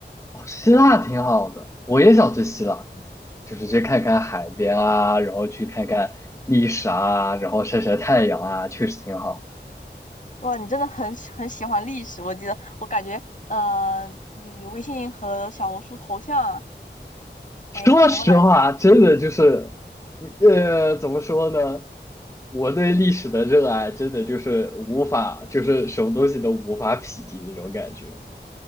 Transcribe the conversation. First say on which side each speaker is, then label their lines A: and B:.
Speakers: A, on the left (about 15°); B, on the left (about 45°).
A: 哦，希腊挺好的，我也想去希腊，
B: 嗯
A: 就是去看看海边啊，然后去看看历史啊，然后晒晒太阳啊，确实挺好。
B: 哇，你真的很喜很喜欢历史，我记得我感觉，呃，你微信和小红书头像，哎，
A: 说实话，
B: 是什么来着？
A: 真的就是，呃，怎么说呢？我对历史的热爱真的就是无法，就是什么东西都无法匹敌那种感觉，